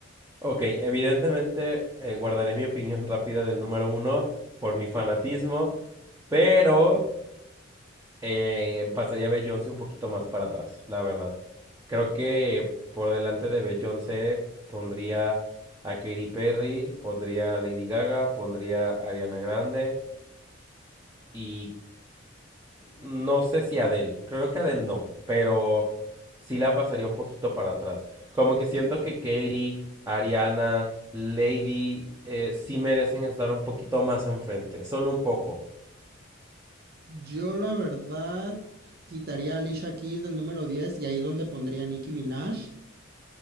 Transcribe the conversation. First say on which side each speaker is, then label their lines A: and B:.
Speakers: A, on the right; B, on the right.
A: Ok, evidentemente eh, guardaré mi opinión <laughs> rápida del número uno por mi fanatismo, pero eh, pasaría a Beyoncé un poquito más para atrás, la verdad. Creo que por delante de Beyoncé pondría a Katy Perry, pondría a Lady Gaga, pondría a Ariana Grande y No sé si Adele, creo que Adele no, pero sí la pasaría un poquito para atrás. Como que siento que Katy, Ariana, Lady eh, sí merecen estar un poquito más enfrente, solo un poco.
B: Yo la verdad quitaría a Alicia Keys del número 10 y ahí es donde pondría a Nicki Minaj.